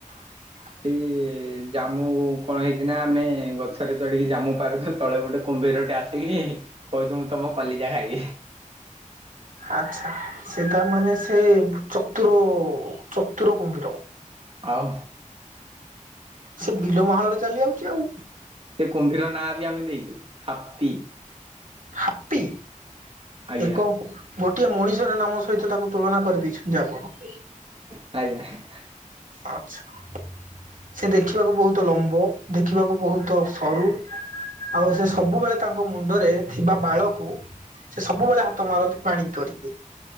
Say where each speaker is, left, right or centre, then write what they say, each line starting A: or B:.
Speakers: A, on the right; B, on the right.
A: <inaudible>
B: ସେଇ ଜାମୁ କଣ ହେଇଛି ନା ଆମେ ଗଛରେ ଚଢ଼ିକି ଜାମୁ ପାରୁଛୁ। ତଳେ ଗୋଟେ କୁମ୍ଭୀରଟେ ଆସିକି କହୁଛି ମୁଁ ତମ କଲିଜା ଖାଇବି।
A: ଆଚ୍ଛା। ସେ ତାମାନୋନେ ସେ ଚତୁର ଚତୁର କୁମ୍ଭୀର।
B: ଆଉ।
A: ସେ ବିଲ ମାଳରେ ଚାଲି ଯାଉଛି ଆଉ।
B: ସେ କୁମ୍ଭୀର ନାଁ ବି ଆମେ ଦେଇଛୁ ହାପି।
A: ହାପି
B: ଆଜ୍ଞା
A: ଏକ ଗୋଟିଏ ମଣିଷର ନାମ ସହିତ ତାକୁ ତୁଳନା କରିଦେଇଛନ୍ତି ଆପଣ।
B: ଆଜ୍ଞା।
A: ଆଚ୍ଛା। ସେ ଦେଖିବାକୁ ବହୁତ ଲମ୍ବ ଦେଖିବାକୁ ବହୁତ ସରୁ। ଆଉ ଏବେ ସବୁବେଳେ ତାଙ୍କ ମୁଣ୍ଡରେ ଥିବା ବାଳକୁ। ସେ ସବୁବେଳେ ହାତ ମାରନ୍ତି ପାଣି ଧରିକି